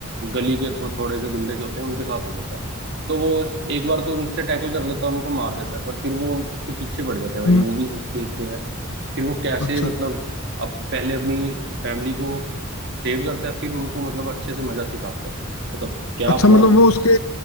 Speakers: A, on the right; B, on the left.
A: गली के थो, थोड़े से गुंडे से होते हैं उनके साथ हो जाता है तो वो एक बार तो उनसे टैकल कर लेता है उनको मार देता है पर फिर वो उन, उसके पीछे पड़ जाता है भाई
B: हम्म
A: मूवीज इस बेस पे है फिर वो कैसे
B: अच्छा
A: मतलब
B: अच्छा
A: अब पहले अपनी फैमिली को सेव करता है फिर उनको मतलब अच्छे से मजा सिखाता है मतलब क्या
B: अच्छा
A: बहुत
B: मतलब वो उसके